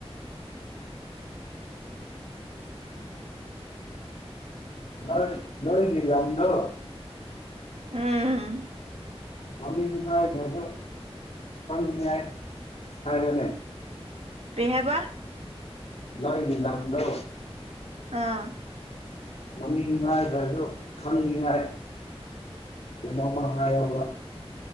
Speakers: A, on the left; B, on the right.
A: ꯅꯣꯏ ꯅꯣꯏꯒꯤ ꯂꯝꯗꯣ
B: ꯎꯝ
A: ꯃꯃꯤꯡ ꯍꯥꯏꯗ꯭ꯔꯁꯨ ꯈꯪꯅꯤꯡꯉꯥꯏ ꯍꯥꯏꯌꯣ
B: ꯀꯔꯤ ꯍꯥꯏꯕ
A: ꯅꯣꯏꯒꯤ ꯂꯝꯗꯣ
B: ꯑꯥ
A: ꯃꯃꯤꯡ ꯍꯥꯏꯗ꯭ꯔꯁꯨ ꯈꯪꯅꯤꯡꯉꯥꯏ ꯀꯩꯅꯣꯃ ꯍꯥꯏꯌꯣꯕ